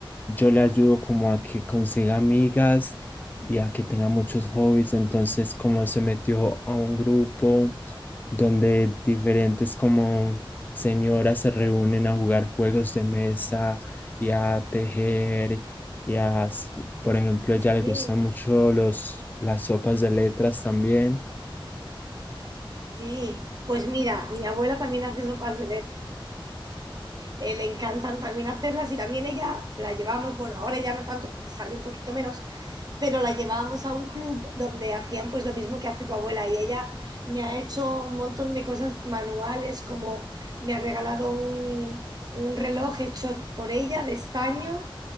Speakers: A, on the left; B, on the right.
A: yo le ayudo como a que consiga amigas y a que tenga muchos hobbies. Entonces, como se metió a un grupo donde diferentes como señoras se reúnen a jugar juegos de mesa y a tejer y a, s- por ejemplo, ella
B: Sí.
A: le gustan mucho los, las sopas de letras también.
B: Sí, pues mira, mi abuela también hace sopas de letras. eh, le encantan también hacerlas y también ella la llevamos, bueno, ahora ya no tanto porque sale un poquito menos, pero la llevábamos a un club donde hacían pues lo mismo que hace tu abuela y ella me ha hecho un montón de cosas manuales, como me ha regalado un, un reloj hecho por ella de estaño